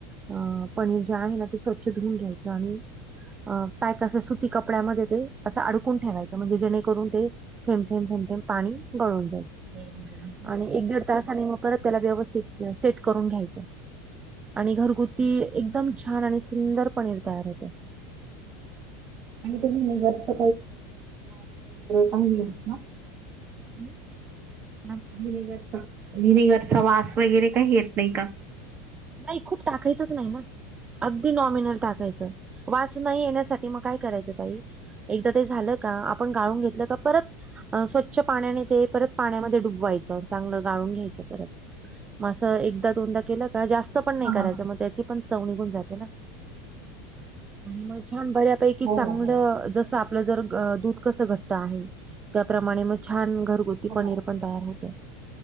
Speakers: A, on the right (about 25°); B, on the right (about 40°).
A: अं पनीर जे आहे ना ते स्वच्छ धुऊून घ्यायचं आणि अ पॅक असं सुती कपड्यामध्ये ते असं अडकून ठेवायचं म्हणजे जेणेकरून ते थेंब थेंब थेंम थेंम पाणी गाळून घ्यायचं
B: गळून
A: आणि एक दीड तासाने म परत त्याला व्यवस्थित सेट करून घ्यायचं आणि घरगुती एकदम छान आणि सुंदर पनीर तयार होतं.
B: अणी तुम्ही हे जस्त <unintelligible> ना
A: <inaudible>
B: वीनेगरचा, विनेगरचा वास वगैरे काही येत नई का?
A: नाई खूप टाकायचंच नाई ना. अगदी नॉमिनल टाकायचं वास नाई येण्यासाठी म काय करायचं ताई एकदा ते झालं का आपण गाळून घेतलं का परत अ स्वच्छ पाण्याने ते परत पाण्यामध्ये डुबवायचं चांगलं गाळून घ्यायचं परत. म असं एकदा दोनदा केलं का जास्त पण नई
B: हा हा
A: करायचं
B: हा
A: म त्याची पण चव निघून जाते ना आणि म छान बऱ्यापैकी
B: हो
A: चांगलं
B: हो हो
A: जस आप -पलं जर दूध कसं घट्ट आहे त्याप्रमाणे म छान घरगुती
B: हो
A: पनीर
B: हो
A: पण छान होतं